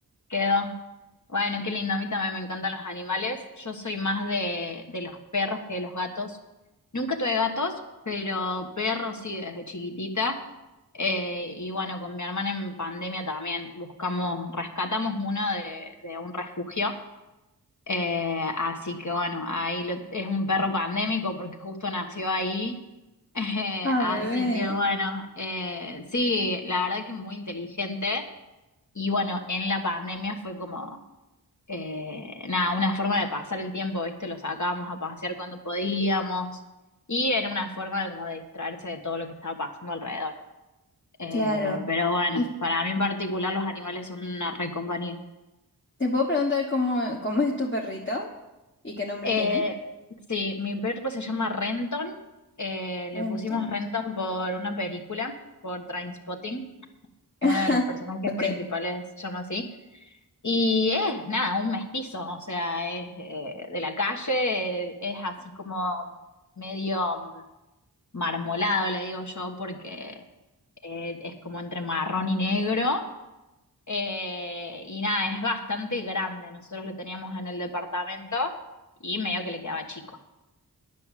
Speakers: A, on the left; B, on the left.
A: quedó. Bueno, qué lindo, a mí también me encantan los animales. Yo soy más de, de los perros que de los gatos. Nunca tuve gatos, pero perros sí desde chiquitita. Eh, y bueno, con mi hermana en pandemia también buscamos, rescatamos uno de, de un refugio. Eh, así que bueno, ahí lo- es un perro pandémico porque justo nació ahí. <laughs> Eh,
B: Ah,
A: así
B: bebé.
A: que bueno, eh, sí, la verdad que muy inteligente. Y bueno, en la pandemia fue como, eh, nada, una forma de pasar el tiempo, ¿viste? Lo sacábamos a pasear cuando podíamos. Y era una forma de como de distraerse de todo lo que estaba pasando alrededor. Eh,
B: Claro.
A: pero bueno,
B: ¿Y
A: para mí en particular los animales son una re compañía.
B: te puedo preguntar cómo, cómo es tu perrito? ¿Y qué nombre
A: Eh,
B: tiene?
A: sí, mi perro se llama Renton. Eh,
B: Renton.
A: le pusimos Renton por una película, por Trainspotting. Uno
B: <laughs>
A: de los personajes
B: Ok.
A: principales se llama así. Y es, nada, un mestizo, o sea, es eh, de la calle, eh, es así como medio mm, marmolado, le digo yo, porque eh, es como entre marrón y negro. Eh, y nada, es bastante grande. Nosotros lo teníamos en el departamento y medio que le quedaba chico.